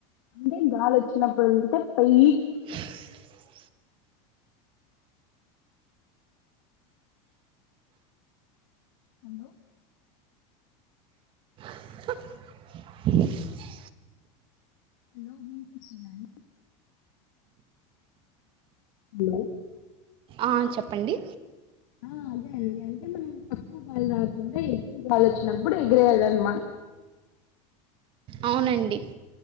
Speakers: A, on the left; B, on the right.
A: అంటే గాలి వచ్చినప్పుడు వదిలితే పైకి
B: <unintelligible>
A: హలో
B: అ <unintelligible>
A: హలో వినిపిస్తుందా అండి హలో
B: ఆ చెప్పండి
A: ఆ అదే అండి అంటే మనం తక్కువ గాలి రాకుండా ఎక్కువగాలి వచ్చినప్పుడు ఎగిరేయాలి అనమాట
B: అవునండి